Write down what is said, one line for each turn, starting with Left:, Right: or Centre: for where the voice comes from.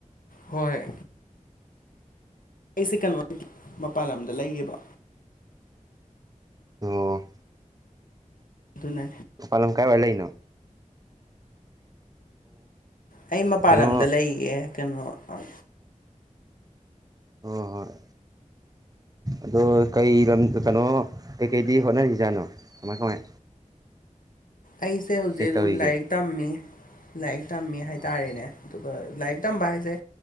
Left: ꯍꯣꯏ ꯑꯩꯁꯦ ꯀꯩꯅꯣ ꯃꯄꯥꯟ ꯂꯝꯗ ꯂꯩꯌꯦꯕ
Right: ꯑꯣ
Left: ꯑꯗꯨꯅ
Right: ꯃꯄꯥꯥꯟꯂꯝ ꯀꯥꯏꯋꯥꯏ ꯂꯩꯔꯤꯅꯣ
Left: ꯑꯩ ꯃꯄꯥꯟ
Right: ꯀꯩꯅꯣ
Left: ꯂꯝꯗ ꯂꯩꯌꯦ ꯀꯩꯅꯣ ꯑꯥ
Right: ꯍꯣꯏ ꯍꯣꯏ ꯑꯗꯣ ꯀꯩ ꯂꯝꯗ ꯀꯩꯅꯣ ꯀꯩ ꯀꯩꯗꯤ ꯍꯣꯠꯅꯔꯤꯖꯥꯠꯅꯣ ꯀꯃꯥꯏ ꯀꯃꯥꯏ
Left: ꯑꯩꯁꯦ ꯍꯧꯖꯤꯛ
Right: ꯀꯩꯀꯩ
Left: ꯑꯗꯨꯝ
Right: ꯇꯧꯔꯤꯒꯦ
Left: ꯂꯥꯏꯔꯤꯛ ꯇꯝꯃꯤ ꯂꯥꯏꯔꯤꯛ ꯇꯝꯃꯤ ꯍꯥꯏꯇꯥꯔꯦꯅꯦ
Right: ꯑꯣ
Left: ꯑꯗꯨꯒ ꯂꯥꯏꯔꯤꯛ ꯇꯝꯕꯥ ꯍꯥꯏꯁꯦ